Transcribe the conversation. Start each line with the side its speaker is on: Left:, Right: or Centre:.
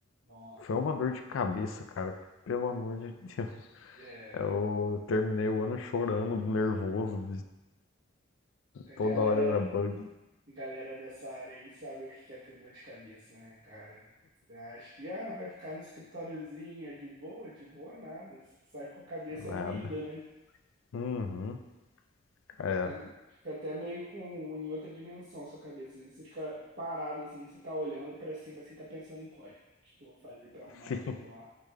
Right: Ó,
Left: Foi uma dor de cabeça, cara. Pelo amor de Deus.
Right: é,
Left: Eu terminei o ano chorando, nervoso.
Right: a galera,
Left: Toda hora era bug.
Right: a galera dessa área aí sabe o que quer ter dor de cabeça, né, cara? Você acha que ah, vai ficar no escritóriozinho, é de boa, de boa nada. Você sai com a cabeça
Left: Nada.
Right: moída, né?
Left: Uhum.
Right: Fica
Left: É.
Right: até, fica até meio com em outra dimensão sua cabeça. Às vezes Você fica parado assim, você tá olhando pra cima assim, tá pensando em código. O que que eu vou fazer pra arrumar
Left: <laughs> Sim.
Right: aquilo lá?